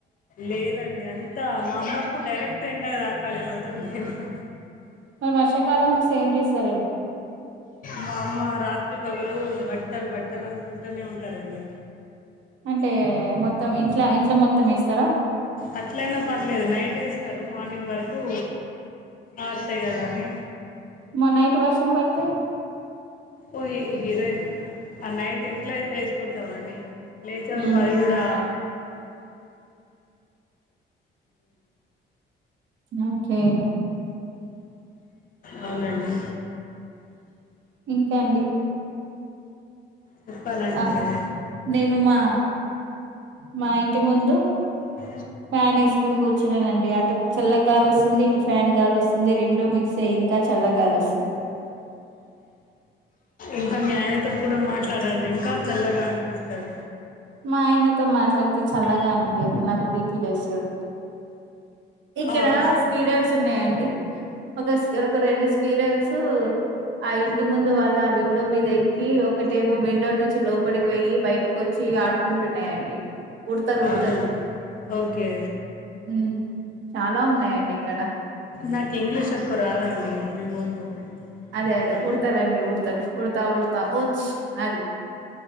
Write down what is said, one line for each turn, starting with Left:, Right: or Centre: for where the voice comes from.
Left: లేదండి అంతా మా అమ్మకు డైరెక్ట్ ఎండ తాకాలి అన్నమాట
Right: మరి వర్షాకాలం వస్తే ఏం చేస్తారండి
Left: మా అమ్మ రాత్రి పగలు బట్టలు బట్టలు అనుకుంటూనే ఉంటారండి
Right: అంటే మొత్తం ఇంట్ల ఇంట్లో మొత్తం వేస్తరా?
Left: అట్లైనా పర్లేదు నైట్ వేస్తరు మార్నింగ్ వరకు ఆరుతాయ్ కదా అని
Right: మో నైట్ వర్షం పడ్తే
Left: ఓ హీరోయిన్ ఆ నైట్ ఇంట్లో వేస్కుంటామండి లేచారు
Right: ఊహు
Left: అది కూడా
Right: ఓకే
Left: అవునండి
Right: ఇంకా అండి?
Left: చెప్పాలండి
Right: ఆ
Left: మీరే?
Right: నేను మా మా ఇంటి ముందు
Left: అ
Right: ఫ్యాన్ వేస్కొని కూర్చున్నానండి అటు చల్లగా గాలి వస్తుంది ఇటు ఫ్యాన్ గాలి వస్తుంది రెండు మిక్ సే ఇంకా చల్లగాలి వస్తుంది
Left: ఇంకా మీ ఆయనతోటి కూడా మాట్లాడండి ఇంకా చల్లగా అనిపిస్తది
Right: మా ఆయనతో మాట్లాడితే చల్లగా అనిపీయదు నాకు బీపి లేస్సది ఇక్కడ
Left: అవును
Right: స్క్వీరల్స్ ఉన్నాయాండి ఒక స్క్ ఒక రెం స్ కీరల్స్ ఆ ఇంటి ముందు వాళ్ళ విండో మీద ఎక్ క్కి ఒకటేమో విండో నుంచి లోపలికి పొయ్యి బయటకి వచ్చి ఆడుకుంటున్నాయండి ఉడతలు ఉడతలు
Left: అవునా ఓకే
Right: హ్ము్ చాలా ఉన్నాయండి ఇక్కడ
Left: నాకు ఇంగ్లీష్ ఎక్కు రాదండి మీ ముందు
Right: అదే
Left: ఇట్లా.
Right: అదే ఉడతలండి ఉడతలు ఉడతా ఉడతా ఊచ్ అది